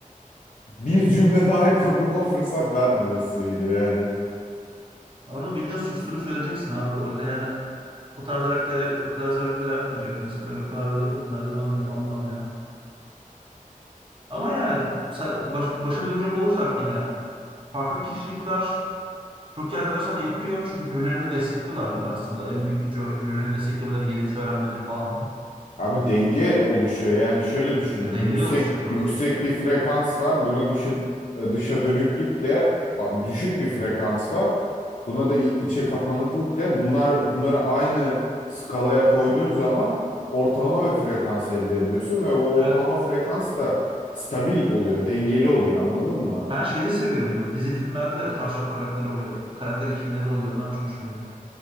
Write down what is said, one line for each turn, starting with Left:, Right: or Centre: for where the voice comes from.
Left: bir cümle daha <laughs> kurmama fırsat vermemesiydi yani.
Right: Onu bildiğin susturup söyleyeceksin abi bu arada yani. O tarz hareketler yap- o tarz hareketler yapmayacak insan. Öyle o kadar da, o kadar da olmaz, olmaz yani. Ama yani sa- baş- başa dönecek olursak yine farklı kişilikler çok iyi arkadaşlar yapıyor. Çünkü birbirlerini destekliyorlar değil mi aslında? En büyük gücü birbirlerini desteklemeleri, yeni bir şey öğrenmeleri falan değil mi?
Left: Abi denge oluşuyor. Yani şöyle düşün.
Right: Ha, dengeli
Left: Yüksek
Right: oluşuyor doğru.
Left: yüksek bir frekans var. Buna dışa, dışa dönüklük de a- düşük bir frekans var. Buna da i- içe kapanıklık de. Bunlar bunları aynı skalaya koyduğun zaman ortalama bir frekans elde ediyorsun ve bu ortalama
Right: Evet.
Left: frekans da stabil oluyor, dengeli oluyor. Anladın mı?
Right: Ben şeyi de seviyorum böyle. Dizi filmlerde de o tarz çok karakter oluyor. Karakter ikilileri oluyor. Onlar çok hoşuma gidiyor.